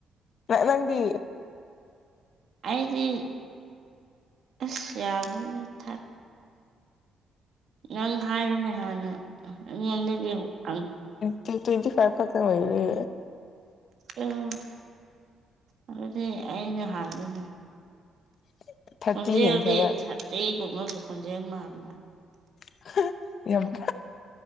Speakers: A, on the left; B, on the right.
A: ꯅꯪꯗꯤ
B: ꯑꯩꯗꯤ ꯑꯁ ꯌꯥꯈꯣꯏꯅ ꯊ ꯅꯪ ꯍꯥꯏꯔꯨꯅꯦ ꯍꯥꯟꯅ ꯑꯩꯉꯣꯟꯗꯒꯤ ꯑꯪ
A: ꯇꯨ ꯇ꯭ꯋꯦꯟꯇꯤ ꯐꯥꯏꯚ ꯈꯛ ꯇꯪ ꯑꯣꯏꯔꯤ
B: ꯑꯌꯣ ꯑꯗꯨꯗꯤ ꯑꯩꯅ ꯍꯥꯟꯕꯅꯦ
A: <inaudible>
B: ꯈꯣꯟꯖꯦꯜꯗꯤ
A: ꯍꯦꯟꯈ꯭ꯔꯕ
B: ꯊꯥꯔꯇꯤ ꯒꯨꯝꯕꯒꯤ ꯈꯣꯟꯖꯦꯜ ꯃꯥꯟꯕ꯫
A: <unintelligible> ꯌꯥꯝ